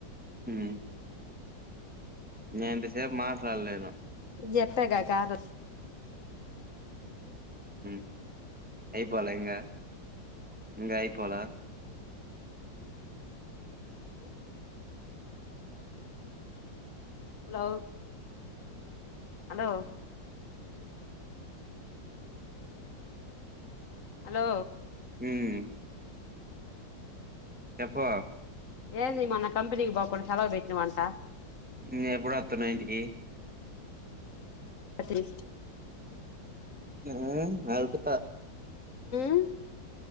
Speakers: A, in the centre; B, on the left.
A: ఉమ్ నేను ఇంతసేపు మాట్లాడలేను
B: చేప్పగా కాదు
A: మ్ అయిపోాలే ఇంగ ఇంగ ఆయిపోలే
B: అ లో హలో హలో
A: ఉమ్ చెప్పు
B: ఏంది మొన్న కంపెనికి పోకుండా సెలవు పెట్టినావంట
A: న్ ఎప్పుడోస్తున్నావ్ ఇంటికి
B: త్రి
A: మ్ నరుకుతా
B: మ్